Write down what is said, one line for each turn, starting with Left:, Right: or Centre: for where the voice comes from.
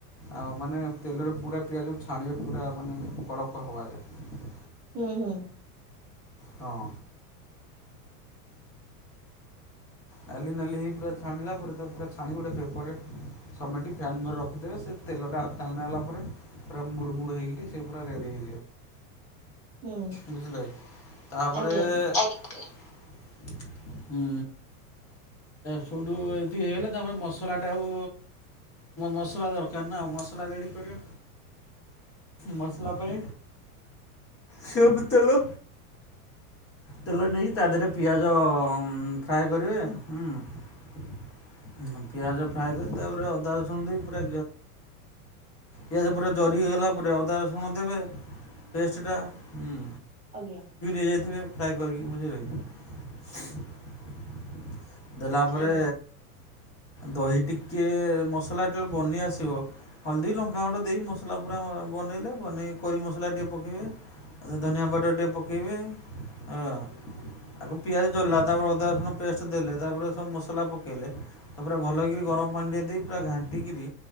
Left: ଆଉ ମାନେ ତେଲରେ ପୁରା ପିଆଜକୁ ଛାଣିବେ ପୁରା ମାନେ କଡ଼କ ହବାଯାଏ।
Right: ହୁଁ ହୁଁ
Left: ହଁ ନାଲି ନାଲି ହେଇ ପୁରା ଛାଣିଲା ପରେ ତାକୁ ପୁରାଛାଣି ଗୋଟେ ପେପରରେ ସମୟଟି ଫ୍ୟାନ୍ ମୋର ରଖିଦେବେ ସେ ତେଲଟା ଖାଲ ନ ହେଲା ପରେ ପୁରା ମୁଡ଼ ମୁୁଡ଼ ହେ ହୋଇକି ସେ ପୁରା ରେଡ଼ି ହୋଇଇଯଏ। ଇ
Right: ହୁଁ
Left: ବୁଝିଲେଇ ତାପରେ
Right: ଆଜ୍ଞା
Left: ହୁଁ ଏ ସବଠୁ ଏତିକି ହେଇଗଲା ତାମର ମସଲା ଟା ଆଉ ମସଲା ଦରକାର ନା ଆ ମସଲା ରେଡ଼ି କରିବ ମସଲା ପାଇଁ ସେବୁ ତଲ ତେଲ ନେଇକି ତା ଦେହରେ ପିଆଜ ଫ୍ରାଏ କରିବେ ହୁଁ ପିଆଜ ଫ୍ରାଏ କରି ତାପରେ ଅଦା ରସୁନ ଦେଇ ପୁରା ଇ ପୁର ଜରି ହେଇଗଲା ପଦ ଶୁଣ ଦେବେ ଟେଷ୍ଟ ଟା ହୁଁ
Right: ଆ୍ଞା
Left: କରିକି ବ <inaudible> ଦେଲା ପରେ
Right: ଆଜ୍ଞା
Left: ଦହି ଟିକେ ମସଲାେବେେଳଳେ ବନି ଆସ ସିବ ହଳଦୀ ଲଙ୍କାଗୁଟ ଦେଇ ମସଲା ପୁରା ବନେଇଲେ ବନେଇ କରି ମସଲା ଟିକେ ପକେଇବେ। ଆଚଛା ଧନିଆ ବଟର ଟିକେ ପକେଇବେି ହଁ ଆ ପିଆଜ ଜୋଲାତାନୁ ପେଷ୍ଟ ଦେଇଲେେ ତାପରେ ସବୁ ମସଲା ପକେଇଲେ ତାପା ଭଲ ହେକରି ଗରମ ପାଣିଏ ଦେଇ ପୁରା ଘାଣ୍ଟିକରି